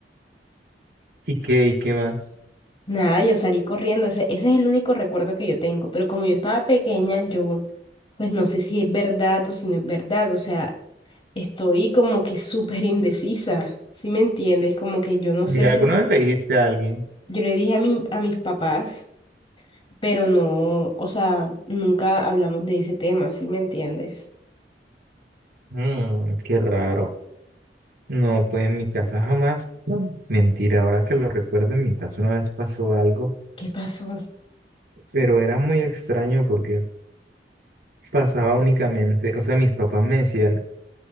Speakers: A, on the right (about 60°); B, on the left (about 30°).
A: ¿Y qué, y qué más?
B: Nada, yo salí corriendo, ese, ese es el único recuerdo que yo tengo, pero como yo estaba pequeña, yo pues no sé si es verdad o si no es verdad, o sea, estoy como que súper indecisa, ¿sí me entiendes? Como que yo no
A: ¿Y
B: sé
A: alguna
B: si,
A: vez le dijiste a alguien?
B: yo le dije a mi, a mis papás, pero no, o sea, nunca hablamos de ese tema, ¿sí me entiendes?
A: Mm, qué raro. No, pues en mi casa jamás. Mm. Mentira, ahora que lo recuerdo, en mi casa una vez pasó algo,
B: ¿Qué pasó?
A: pero era muy extraño porque pasaba únicamente, o sea, mis papás me decían